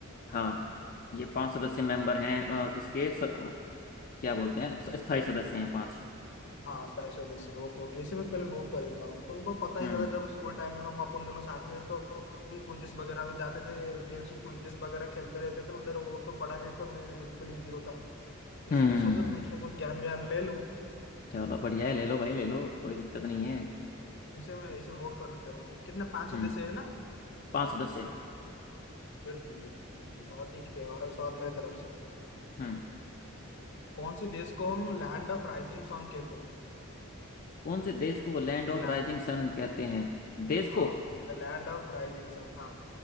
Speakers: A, on the left; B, on the left.
A: हाँ ये पांच सदस्य मेंबर हैं अ, इसके स, अ, क्या बोलते हैं स- स्थायी सदस्य हैं पांच
B: हाँ साहिल देव सिंह ओके ओके इसे मैं पहले नोट कर देता हूँ तुमको पता
A: हम्म
B: ही होगा जब स्कूल टाइम में हम अपन दोनों साथ में थे तो हम क्विजेस वगैरह में जाते थे गेम्स क्विजेस वगैरह खेलते रहते थे मतलब वो तो पढ़ाई में तो मैं बिल्कुल ही जीरो था
A: हम्म
B: इसलिए सोचा तुमसे कुछ ज्ञान व्यान ले लूं
A: चलो बढ़िया है ले लो भाई ले लो कोई दिक्कत नहीं है
B: इसे मैं इसे नोट कर दे रहा हूँ कितने पांच सौ
A: हम्म
B: देश है ना
A: पांच सदस्य
B: बिल्कुल बिल्कुल बिल्कुल और ठीक है और एक सवाल मेरे तरफ से
A: हम्म
B: कौन से देश को हम लैंड ऑफ राइजिंग सन कहते हैं
A: कौन से देश को लैंड
B: द
A: ऑफ
B: लैंड
A: राइजिंग सन कहते हैं देश
B: हाँ
A: को
B: the land of rising sun हाँ